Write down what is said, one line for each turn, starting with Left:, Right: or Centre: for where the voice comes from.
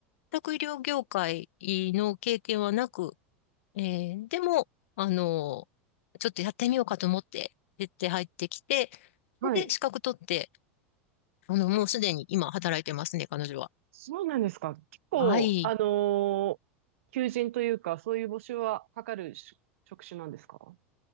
Left: 全く医療業界の経験はなく、えーでも、あのちょっとやってみようかと思って、出て入ってきて、
Right: はい。
Left: で、資格取って、あの、もうすでに今働いてますね、彼女は。
Right: そうなんですか。結構、
Left: はい。
Right: あのー求人というか、そういう募集はかかるし職種なんですか